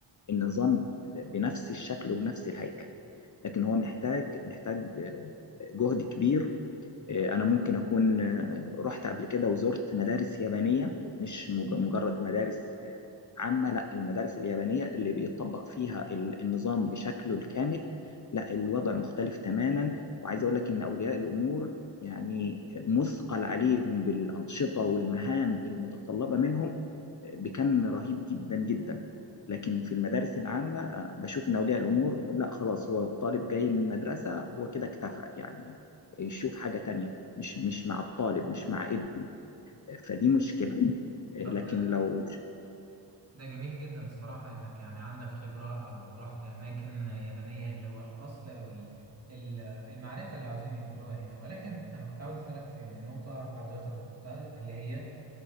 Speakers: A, on the left (about 40°); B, on the right (about 30°).
A: النظام بنفس الشكل وبنفس الهيكل لكن هو محتاج محتاج آه، جهد كبير آه، انا ممكن اكون آه، رحت قبل كده وزرت مدارس يابانيه مش مج- مجرد مدارس آه، عامه لا المدارس اليابانيه اللي بيطبق فيها ال- النظام بشكله الكامل لا الوضع مختلف تماما وعايز اقول لك ان اولياء الامور يعني مثقل عليهم بالانشطه والمهام المتطلبه منهم آه، بكم رهيب جدا جدا لكن في المدارس العامة آه، بشوف إن أولياء الأمور لا خلاص هو الطالب جاي من المدرسة هو كده اكتفى يعني يشوف حاجة تانية مش مش مع الطالب مش مع ابنه فدي مشكلة لكن
B: طب
A: لو
B: ده جميل جدا الصراحة إنك يعني عندك خبرة أو رحت أماكن يابانية اللي هو الأصل أو ال- ال- المعرفة اللي عاوزين ينقلوها هنا ولكن أنا كنت عاوز أسألك في نقطة حضرتك ذكرتها اللي هي